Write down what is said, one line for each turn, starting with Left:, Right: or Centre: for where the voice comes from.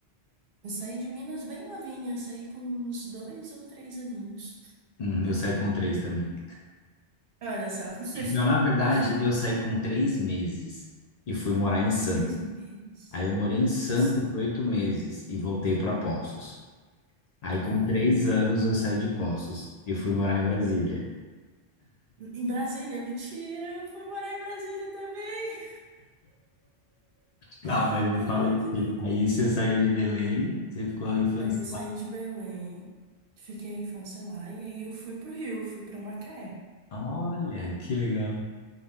Right: Eu saí de Minas bem novinha, saí com uns dois ou três aninhos.
Left: Hum, eu saí com três também.
Right: Olha só, <laughs>
Left: Não, na verdade, eu saí com três meses e fui morar em Santos.
Right: três meses
Left: Aí eu morei em Santos
Right: em Santo.
Left: oito meses e voltei para Poços. Aí com
Right: Ah,
Left: três anos eu saí de Poços e fui morar em Brasília.
Right: em Brasília, mentira, eu fui morar em Brasília também.
Left: Tá,
Right: <laughs>
Left: mas me
Right: Ai,
Left: fala aqui.
Right: que doido.
Left: Aí você saiu de Belém, você ficou a infância
Right: Aí eu saí
Left: lá.
Right: de Belém, fiquei a infância lá, e aí eu fui pro Rio, fui pra Macaé.
Left: Olha, que legal.